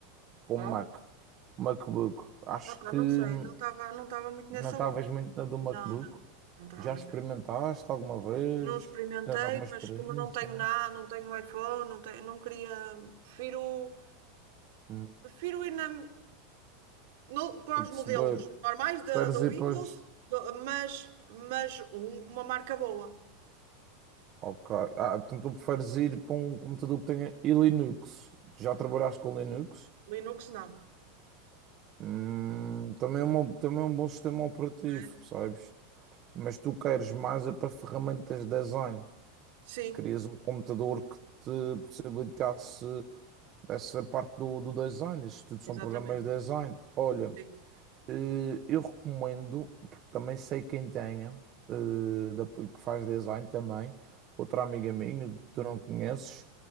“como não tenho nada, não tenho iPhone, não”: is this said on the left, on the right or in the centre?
Right